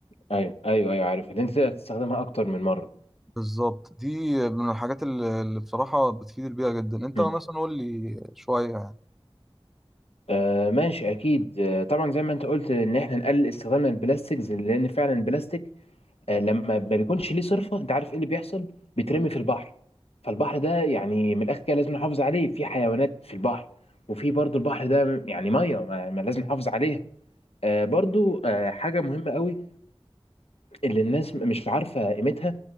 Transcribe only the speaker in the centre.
بالظبط دي من الحاجات اللي اللي بصراحة بتفيد البيئة جدا انت
مثلا قول لي شوية يعني
مم.